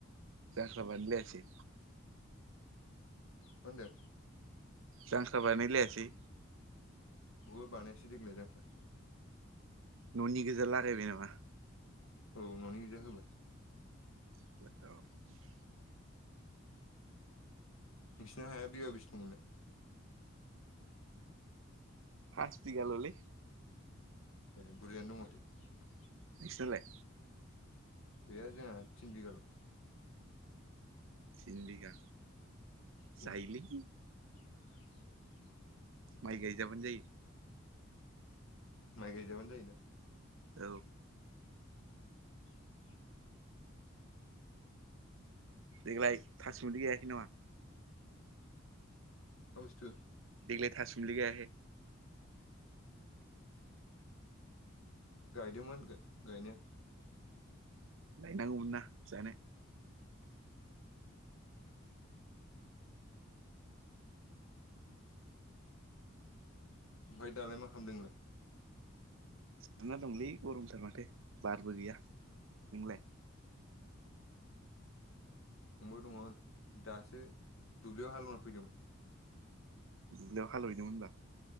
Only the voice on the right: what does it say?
जाख्रां बानायलायासै।
जांख्रा बानायलायासै।
न'नि गोजा लागायबाय नामा?
<inaudible>
फारस बिगा ललै।
नोसिनालाय।
थिन बिगा
जायो लै।
माय गायजाबोन जायो।
औ।
देग्लाय थासुमलि गायाखै नामा?
देग्लाय थासुमलि गायाखै।
गायनांगौमोन ना जानो।
जना दोंलै गरमथार माथो बारबो गैया नोंलाय।
दुब्लियाव हालवहैदोंमोन होनबा।